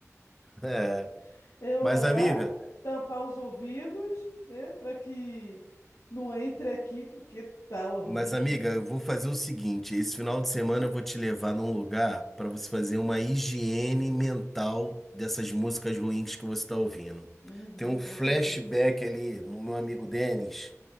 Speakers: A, in the centre; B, on the left.
A: É.
B: <laughs> é orar,
A: Mas, amiga.
B: tampar os ouvidos, né, para que não entre aqui, porque tá horrível,
A: Mas, amiga,
B: amiga.
A: eu vou fazer o seguinte: esse final de semana eu vou te levar num lugar para você fazer uma higiene mental dessas músicas ruins que você está ouvindo.
B: Uhum,
A: Tem um
B: com
A: flashback
B: certeza.
A: ali no meu amigo Denis,